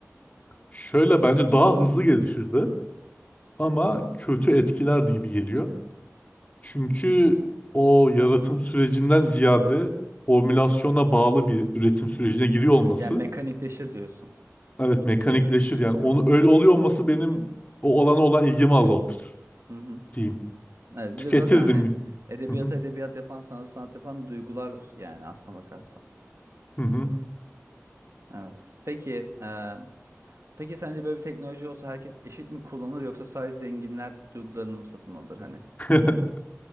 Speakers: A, on the left; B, on the right.
A: Şöyle bence daha hızlı gelişirdi ama kötü etkilerdi gibi geliyor. Çünkü o yaratım sürecinden ziyade formülasyona bağlı bir üretim sürecine giriyor olması
B: Yani mekanikleşir diyorsun.
A: evet mekanikleşir yani onu öyle oluyor olması benim o olana olan ilgimi azaltır
B: Hı hı.
A: diyeyim.
B: Evet
A: Tüketirdim.
B: bir de zaten hani edebiyata
A: Hı hı.
B: edebiyat yapan sanat sanat yapan duygular yani aslına bakarsan.
A: Hı hı.
B: Evet. Peki e, peki sence böyle bir teknoloji olsa herkes eşit mi kullanır yoksa sadece zenginler duygularını mı satın alır hani?
A: <laughs>